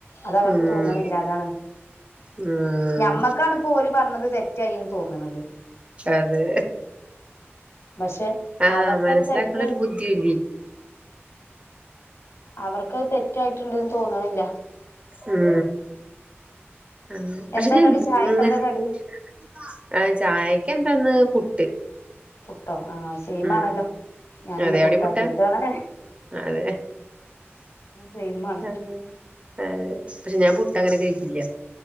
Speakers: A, on the left; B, on the right.
A: അത് അവർക്ക്
B: ഉം
A: തോന്നണ്ല്ലാ അതാണ്.
B: ഉം
A: ഞമ്മക്കാണ് ഇപ്പോ ഓല് പറ്ഞ്ഞത് തെറ്റായിന്ന് തോന്ന്ണത്.
B: അതെ
A: പക്ഷെ
B: ആഹ്
A: അവർക്കത്
B: മനസ്സിലാക്കുള്ള
A: തെറ്റായി
B: ഒരു ബുദ്ധി ദ്ധില്ലെ.
A: അവർക്ക് തെറ്റായിട്ടുണ്ട്ന്ന് തോന്ന്ണില്ല
B: ഉം ആഹ് പക്ഷെ
A: എന്താങ്ങട്ട്
B: ഞാൻ
A: ചായക്കെന്താ
B: <unintelligible>
A: കടി
B: ആഹ് ചായക്ക് എന്താന്ന് പുട്ട്
A: പുട്ടോ ആഹ് സെയിംമാണല്ലോ
B: ഉം
A: ഞാനിന്ന്
B: അതെ അവിടെയും
A: പുട്ടാക്കിയൊക്കാണ്
B: പുട്ടാ അതെ
A: സെയിമാണ്
B: ആഹ് ആഹ് പക്ഷെ ഞാൻ പുട്ട് അങ്ങനെ കഴിക്കില്ല